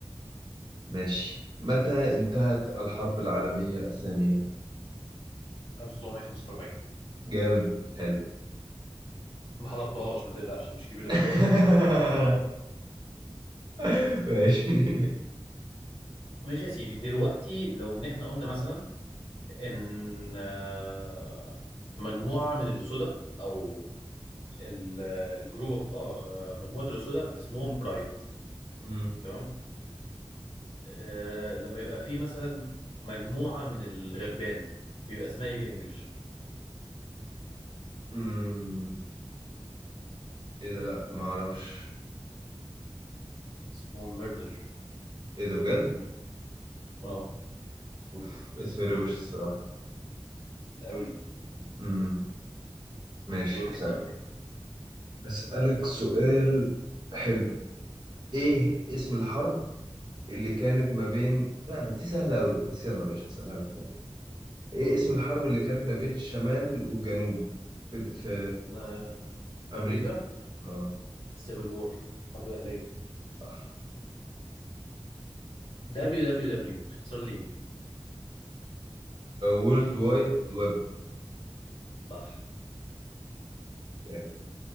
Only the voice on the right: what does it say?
ماشي متى انتهت الحرب العالمية الثانية؟
جامد حلو
<laughs>
<laughs> ماشي
امم
امم ايه ده لا ما اعرفش
ايه ده بجد
اوف اسم روش الصراحة
امم ماشي
هسألك
هسألك سؤال حلو ايه اسم الحرب اللي كانت ما بين لا بس دي سهلة قوي بس يلا ماشي هسألها لك خلاص ايه
اسم الحرب اللي كانت ما بين الشمال والجنوب بت... في
امريكا
اه
صح
وورلد وايد ويب
يعني